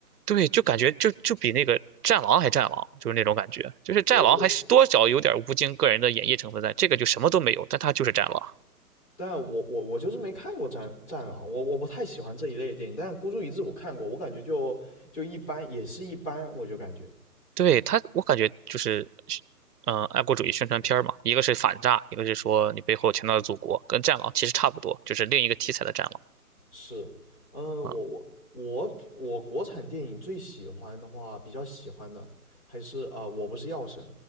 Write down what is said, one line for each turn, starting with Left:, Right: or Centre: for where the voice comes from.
Right: 对，就感觉就就比那个战狼还战狼，就是那种感觉，就是战狼还是多少有点吴京个人的演绎成分在，
Left: 我我
Right: 这个就什么都没有，但他就是战狼。
Left: 但我我我就是没看过战《战狼》，我我不太喜欢这一类的电影。但《孤注一掷》我看过，我感觉就就一般，也是一般，我就感觉
Right: 对他，我感觉就是，嗯、爱国主义宣传片儿嘛，一个是反诈，一个是说你背后强大的祖国，跟《战狼》其实差不多，就是另一个题材的《战狼》
Left: 是，嗯，
Right: 啊。
Left: 我我我比我国产电影最喜欢的话，比较喜欢的还是啊、呃我不是药神》，